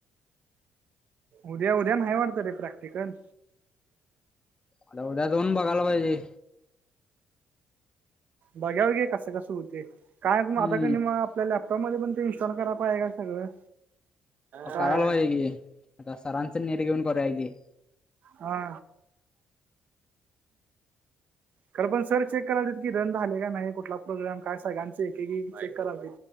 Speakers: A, on the right (about 55°); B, on the left (about 30°).
A: उद्या.. उद्या.. नाही वाटतं रे प्रॅक्टिकल
B: आता उद्या जाऊन बघायला पाहिजे.
A: बघाव की कसं.. कसं होतय, काय
B: हम्म
A: मागायचं <inaudible> आता आप- त्या लॅपटॉप मध्ये पण ते इन्स्टॉल कराय पाहिजे का रे सगळं काय
B: करायला पाहिजे की.. त्या सरांचं नेट घेऊन करूया की
A: हा खरं पण सर चेक करायला देत की रन झाले का नाही कुठला प्रोग्रम काय सगळांचे एकेकी चेक करालते.